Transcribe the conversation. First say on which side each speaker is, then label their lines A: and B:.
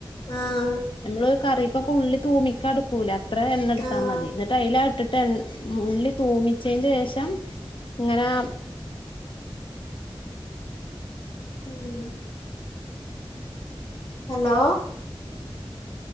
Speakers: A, on the left; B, on the left.
A: ആഹ്
B: ഞമ്മള് കറീക്കൊക്ക ഉള്ളി തൂമിക്കാട്ക്കൂല അത്രെ എണ്ണ എട്ത്താ
A: ആഹ്
B: മതി ഇന്നിട്ട് അയിലാട്ട് ട്ടെൻ ഉള്ളി തൂമിച്ചേന്റെ ശേഷം ഇങ്ങനെ
A: ഉം hello